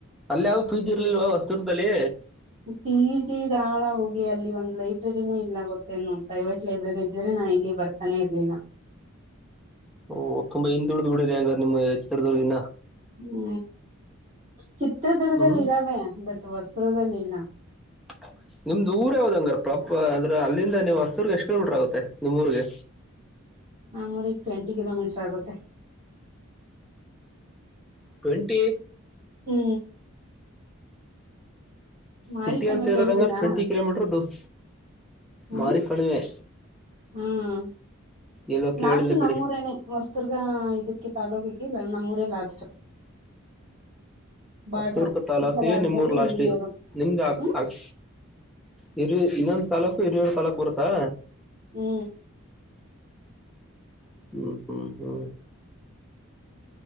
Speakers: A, in the centre; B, on the right.
A: ಅಲ್ಲಿ ಯಾವ ಪಿ ಜಿ ಇರ್ಲಿಲ್ವ ವಸದುರ್ಗದಲ್ಲಿ.
B: ಪಿಜಿ ಗಾಳಾಹೋಗ್ಲಿ ಅಲ್ಲಿ ಒಂದು ಲೈಬ್ರೆರಿನೂ ಇಲ್ಲ ಗೊತ್ತೇನು ಪ್ರೈವೇಟ್ ಲೈಬ್ರೆರಿ ಇದ್ರೆ ನಾ ಇಲ್ಲಿ ಬರ್ ತಾನೇ ಇರ್ಲಿಲ್ಲಾ.
A: ಓ ತುಂಬಾ ಹಿಂದುಳಿದು ಬಿಟ್ಟಿದೆ ಹಂಗ ನಿಮ್ಮ ಚಿತ್ರದುರ್ಗ ಇನ್ನ.
B: ಹು ಚಿತ್ರದುರ್ಗದಲ್ಲಿ
A: ಹ್ಮ್
B: ಇದ್ದಾವೆ ಬಟ್ ಹೊಸದುರ್ಗದಲ್ಲಿ ಇಲ್ಲಾ.
A: ಟಕ್ಕ ನಿಮ್ದ ಊರ ಯಾವ್ದ ಹಂಗಾರ ಪ್ರಾಪರ್ ಅಂದ್ರ ಅಲ್ಲಿಂದ ಅಲ್ಲಿಗೆ ಹೊಸದುರ್ಗ ಎಷ್ಟ ಕಿಲೋಮೀಟರ್ ಆಗುತ್ತೆ ನಿಮ್ಮ ಊರಗೆ.
B: ನಮ್ಮಊರಿಗೆ ಟ್ವೆಂಟಿ ಕಿಲೋಮೀಟರ್ ಆಗುತ್ತೆ.
A: ಟ್ವೆಂಟಿ
B: ಹು ಮಾರಿ
A: ಸಿಟಿ
B: ಕಣ್ವೆ
A: ಅಂತ ಇರೋದೆಲ್ಲಾ
B: ಕೇಳಿದೀರಾ
A: ಟ್ವೆಂಟಿ ಕಿಲೋಮೀಟರ್ ದೂರ
B: ಹ್ಮ್
A: ಮಾರಿ ಕಣಿವೆ.
B: ಹ್ಮ್
A: ಎಲ್ಲೋ ಕೇಳಿಲ್ಲ
B: ಲಾಸ್ಟ್
A: ಬಿಡಿ.
B: ನಮ್ಮೂರೇನೆ ಹೊಸದುರ್ಗ ಇದಕ್ಕೆ ತಾಲೂಕಿಗೆ ನಮ್ಮೂರೆ ಲಾಸ್ಟ. ಬಾಡ್ರು
A: ಹೊಸದುರ್ಗ ತಾಲೂಕಿಗೆ
B: ಇತ್ಲಾಗ ಆಲ್ರೆಡಿ
A: ನಿಮ್ಮೂರ್ ಲಾಸ್ಟ್.
B: ಹಿರಿಯರು
A: ನಿಮ್ಮದ
B: ಹ್ಮ್
A: ಹಂಕ ಹಿರಿಯ ಇನ್ನೊಂದು ತಾಲೂಕು ಹಿರಿಯಳ ತಾಲೂಕು ಬರುತ್ತಾ.
B: ಹು
A: ಹು ಹು ಹು